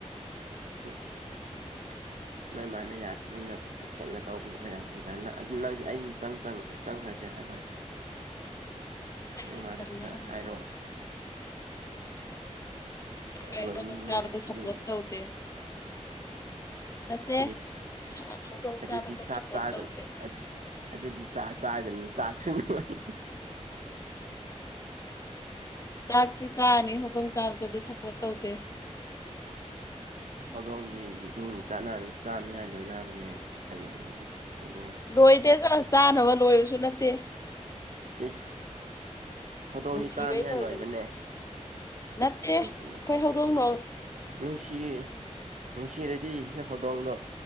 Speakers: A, on the right; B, on the left.
A: ꯏꯁ ꯅꯣꯏ ꯃꯥꯅ ꯌꯥꯔꯁꯨ ꯅꯪꯅ ꯀꯩꯅꯣ ꯇꯧꯕꯁꯨ ꯑꯣꯏꯔꯝꯒꯅꯤꯗ ꯅꯪꯗꯤ ꯑꯩ ꯃꯤꯆꯪꯪ ꯆꯪ ꯆꯪꯈ꯭ꯔꯁꯦ ꯍꯥꯏꯕ
B: ꯑꯩꯅ
A: ꯅꯣꯏ ꯃꯥꯗ
B: ꯇꯜꯂꯦ
A: ꯈꯔ
B: ꯍꯥꯏꯕꯗꯨꯗ
A: ꯍꯥꯏꯔꯣ
B: ꯑꯩꯈꯣꯏ
A: ꯂꯣꯏꯅꯤꯡꯉꯦ
B: <unintelligible> ꯆꯥꯥꯕꯗ
A: ꯑꯗꯨ
B: ꯁꯞꯄꯣꯔꯠ ꯇꯧꯗꯦ ꯅꯠꯇꯦ
A: ꯏꯁ
B: <unintelligible> ꯍꯧꯗꯣꯡ
A: ꯑꯗꯨꯗꯤ
B: ꯆꯥꯕꯗ
A: ꯆꯥꯛ
B: ꯁꯞꯄꯣꯔꯠ
A: ꯆꯥꯒꯅꯨ
B: ꯇꯧꯗꯦ
A: ꯑꯗꯨꯗꯤ ꯆꯥ ꯆꯥꯒꯅꯨ ꯆꯥꯛꯁꯨ ꯅꯨꯡꯉ
B: ꯆꯥꯛꯇꯤ ꯆꯥꯅꯤ ꯈꯨꯗꯣꯡ ꯆꯥꯕꯗꯗꯤ ꯁꯞꯄꯣꯔꯠ ꯇꯧꯗꯦ
A: ꯁꯧꯗꯣꯡꯗꯤ ꯃꯤ ꯆꯥꯅꯤꯉꯥꯏ ꯂꯣꯏꯅꯕꯅꯦ ꯀꯔꯤꯅꯣ ꯏꯁ ꯍꯧꯗꯣꯡ
B: ꯂꯣꯏꯗꯦ ꯆꯥꯅꯕ ꯂꯣꯏꯕꯁꯨ ꯅꯠꯇꯦ
A: ꯏꯁ ꯍꯧꯗꯣꯡꯗꯤ
B: ꯅꯨꯡꯁꯤꯕꯩ
A: ꯆꯥꯅꯤꯉꯥꯏ
B: ꯂꯣꯏꯕꯅꯤ
A: ꯂꯣꯏꯕꯅꯦ
B: ꯅꯠꯇꯦ
A: ꯏꯁ
B: ꯑꯩꯈꯣꯏ
A: ꯅꯨꯡꯁꯤ
B: ꯍꯧꯗꯣꯡꯗ
A: ꯅꯨꯡꯁꯤ ꯅꯨꯡꯁꯤꯔꯗꯤ ꯁ ꯍꯧꯗꯣꯡꯗꯣ